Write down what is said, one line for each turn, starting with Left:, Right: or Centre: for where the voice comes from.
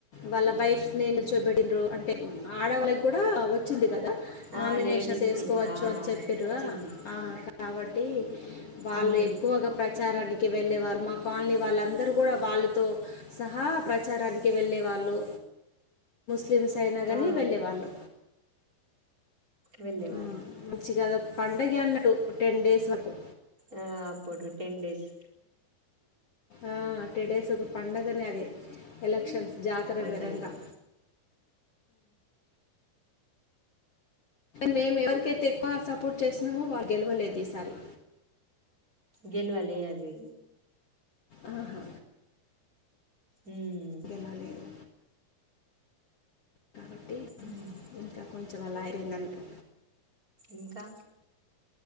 Left: వాళ్ళ వైఫ్ నిల్చో పెట్టిండ్రు అంటే ఆడళ్ళకి కూడా వచ్చింది కదా నామినేషన్
Right: ఆ లేడీస్
Left: చేసుకోవచ్చు
Right: ని కూడా
Left: అని చెప్పిరు
Right: వచ్చింది
Left: ఆ కాబట్టి వాళ్ళు
Right: ఉమ్
Left: ఎక్కువగా ప్రచారానికి వెళ్ళేవారు మా కాలనీ వాళ్ళందరు కూడా వాళ్ళతో సహా ప్రచారానికి వెళ్ళే వాళ్ళు జెంట్స్ అయినా కానీ
Right: ఆ
Left: వెళ్ళేవాళ్ళు
Right: వెళ్ళేవాళ్ళు
Left: ఆ మంచిగాద పండగ అన్నటు టెన్ డేస్ వరకు
Right: ఆ అపుడు టెన్ డేస్
Left: ఆ డేస్ పండగనే అదే ఎలక్షన్స్ జాతర
Right: పండగని
Left: విరంగా మేము ఎవరికైతే ఎక్కువ సపోర్ట్ చేసన్నామో వారి గెలవలేదు ఈసారి
Right: గెల్వలే అవి
Left: ఆహా
Right: ఉం
Left: గెలవలేదు కాబట్టి
Right: ఉం
Left: ఇంకా కొంచెం అలా అందటటు
Right: ఇంకా